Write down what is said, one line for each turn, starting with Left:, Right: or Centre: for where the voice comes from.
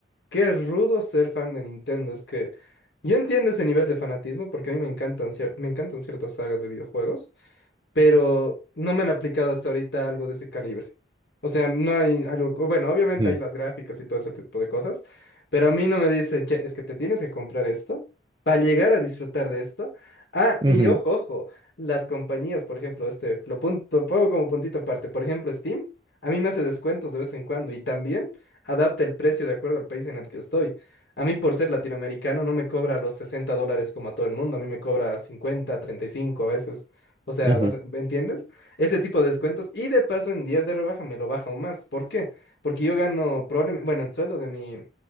Left: qué rudo ser fan de Nintendo. Es que yo entiendo ese nivel de fanatismo porque a mí me encantan, cier- me encantan ciertas sagas de videojuegos. pero no me han aplicado hasta ahorita algo de ese calibre. O sea, no hay algo, o bueno, obviamente
Right: Ujú,
Left: hay las gráficas y todo ese tipo de cosas, pero a mí no me dicen, che, es que te tienes que comprar esto para llegar a disfrutar de esto. Ah,
Right: ujú,
Left: y ojo, ojo, las compañías, por ejemplo, este, lo punto, pongo como puntito aparte, por ejemplo, Steam, a mí me hace descuentos de vez en cuando y también adapta el precio de acuerdo al país en el que estoy. A mí por ser latinoamericano no me cobra los 60 dólares como a todo el mundo, a mí me cobra cincuenta treinta y cinco a veces. O sea,
Right: ujú,
Left: vas a- ¿me entiendes? Ese tipo de descuentos. Y de paso, en días de rebaja me lo baja aún más. ¿Por qué? Porque yo gano probablemente, bueno, el sueldo de mi,